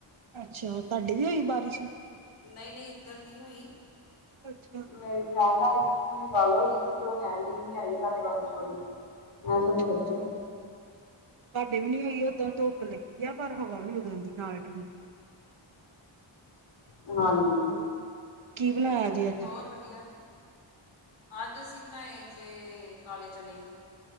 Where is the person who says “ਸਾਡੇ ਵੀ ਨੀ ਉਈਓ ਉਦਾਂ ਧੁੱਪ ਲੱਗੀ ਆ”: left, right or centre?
Right